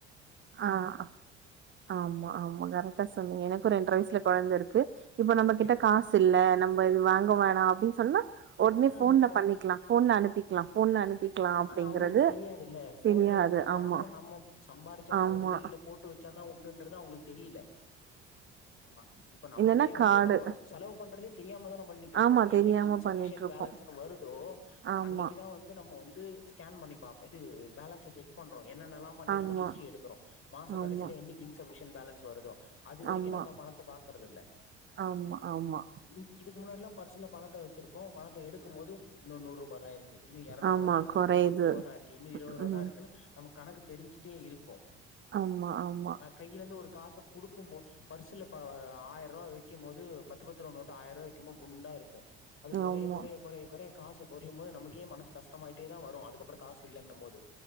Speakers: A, on the right (about 35°); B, on the left (about 40°).
A: ஆஹ் ஆமா ஆமா கரெக்டா சொன்னீங்க எனக்கு ரெண்ர வயசுல கொழந்த இருக்கு இப்ப நம்ம
B: ஓகே
A: கிட்ட
B: ஓகே
A: காசு இல்ல நம்ம இது வாங்க வேணா அப்டின்னு சொன்னா உடனே
B: ஆ
A: ஃபோன்ல பண்ணிக்கலா ஃபோன்ல அனுப்பிக்கலா ஃபோன்ல அனுப்பிக்கலா அப்டிங்கறது
B: ஆனா அவங்களுக்கு போன்ல
A: தெரியாது
B: இருக்கிற பணமு
A: ஆமா
B: ந ம்ம சம்பாரிச்சாதா
A: ஆமா
B: உண்டு இல்ல போட்டு வச்சாதா உண்டுன்றது அவங்களுக்கு தெரியல ஆமா இப்ப நமக்கே
A: இல்லன்னா
B: வந்து
A: கார்டு
B: நம்ம செலவு பண்றதே தெரியாமதான பண்ணிட்டு இருக்கோ
A: ஆமா
B: என்னைக்கு
A: தெரியாம
B: இன்சஃபிஷியண்ட்
A: பண்ணிட்ருக்கோ
B: பேலன்ஸ்னு வருதோ
A: ஆமா
B: அன்னைக்கி தா நம்ம வந்து ஸ்கேன் பண்ணி பா இது பேலன்ஸ செக் பண்றோ ஏன் பண்ணிருக்கோன்னு
A: ஆமா
B: ஹிஸ்ட்ரி எடுக்குறோ மாச கடைசில
A: ஆமா
B: என்னைக்கி இன்சஃபிஷி யண்ட்னு பேலன்ஸ் வருதோ அதுவரைக்கு
A: ஆமா
B: நம்ம பணத்தை பாக்கறது இல்ல
A: ஆமா ஆமா
B: இந் இது முன்னாடிலா பர்சல பணத்தை வச்சிருப்போம் பணத்தை எடுத் இருக்கும் போது இன்னும் நூறுபா தான் இருக்கு இன்னும் இருரநூறுபா
A: ஆமா
B: தான் இருக்கு
A: கொறையுது
B: இன்னும் பத்து ரூபா தான் இருக்கு இன்னும் இருபது ரூப
A: ம்
B: தான் இருக்குன்ன நமக்கு கணக்கு தெரிஞ்சு தெரிஞ்டே இருக்கும்
A: ஆமா ஆமா
B: கையிலிருந்து ஒரு காச கொடுக்கும் போது பர்சுல ஆஹ் ஆயிரம் ரூபா வைக்கும் போது பத்து பத்து ரூபா நோட்டு ஆயிரம் ரூபா வைக்கும்போது குண்டா இருக்கும் அது குறைய
A: ஆமா
B: குறைய குறைய குறைய காசு குறையும்போது நமக்கே மனசு கஷ்டாமா தான் வரும் அதுக்கப்பறம் காசு இல்லைன்னும் போது